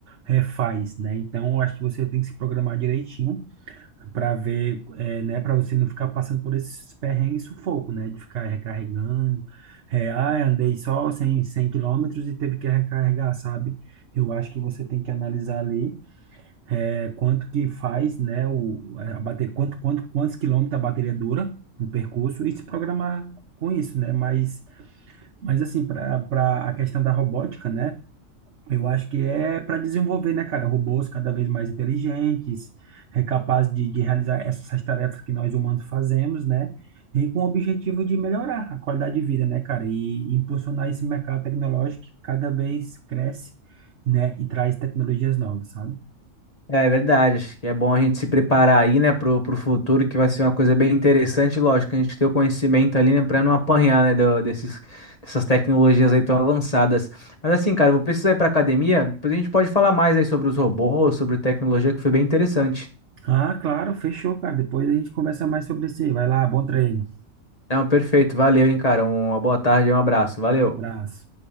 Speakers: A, on the right; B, on the left.
A: é, faz, né? Então, eu acho que você tem que se programar direitinho para ver, é, né? Para você não ficar passando por esses perrengues e sufoco, né? De ficar recarregando. É, ah, andei só cem cem quilômetros e teve que recarregar, sabe? Eu acho que você tem que analisar ali é, quanto que faz, né, o, a bater, quanto, quanto, quantos quilômetros a bateria dura no percurso e se programar com isso, né? Mas, mas assim, para para a questão da robótica, né? Eu acho que é para desenvolver, né, cara, robôs cada vez mais inteligentes, é capaz de, de realizar essas tarefas que nós humanos fazemos, né? E com o objetivo de melhorar a qualidade de vida, né, cara? E impulsionar esse mercado tecnológico que cada vez cresce, né? E traz tecnologias novas, sabe?
B: É verdade, acho que é bom a gente se preparar aí, né, pro, pro futuro, que vai ser uma coisa bem interessante, lógico, a gente ter o conhecimento ali, né, pra não apanhar, né, do- desses, dessas tecnologias aí tão avançadas. Mas assim, cara, eu vou precisar ir pra academia, depois a gente pode falar mais aí sobre os robôs, sobre tecnologia, que foi bem interessante.
A: Ah, claro, fechou, cara. Depois a gente conversa mais sobre isso aí. Vai lá, bom treino.
B: Não, perfeito, valeu, hein, cara, uma boa tarde, um abraço, valeu.
A: Abraço.